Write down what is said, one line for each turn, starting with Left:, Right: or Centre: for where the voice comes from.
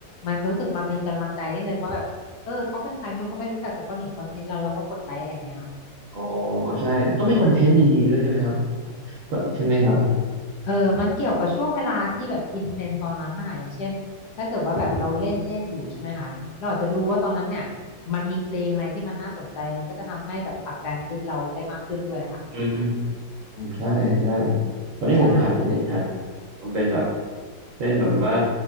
Left: มันรู้สึกมันมีกำลังใจนิดนึงว่าแบบเออเขาเป็นใครไม่รู้เขาไม่รู้จักแต่ก็เห็นคอนเทนต์เราแล้วก็กดไลค์อะไรอย่างเงี้ยเนาะ
Right: อ๋อใช่ต้องมีคอนเทนต์ดีๆด้วยใช่ไหมครับผมใช่ไหมครับ
Left: เออมันเกี่ยวกับช่วงเวลาที่แบบอินเทรนด์ตอนนั้นนะคะอย่างเช่นถ้าเกิดว่าแบบเราเล่นเล่นอยู่ใช่ไหมคะเราอาจจะดูว่าตอนนั้นเนี่ยมันมีเพลงอะไรที่มันน่าสนใจมันก็จะทำให้แบบผลักดันคลิปเราได้มากขึ้นด้วยอะค่ะ
Right: อืม อืมใช่ใช่วันนี้ผมหัดนี่หัด
Left: ใช่
Right: ทำเป็นแบบเล่นแบบว่า